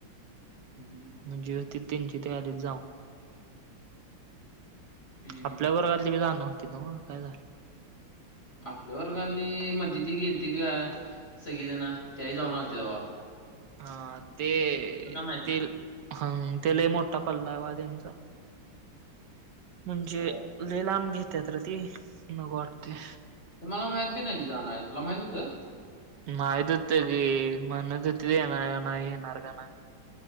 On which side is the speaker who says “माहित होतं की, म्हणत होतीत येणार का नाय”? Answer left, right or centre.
Right